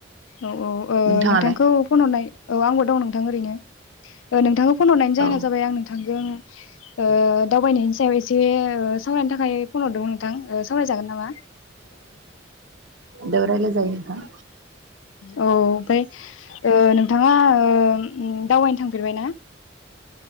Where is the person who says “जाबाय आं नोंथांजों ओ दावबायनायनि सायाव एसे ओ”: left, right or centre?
Left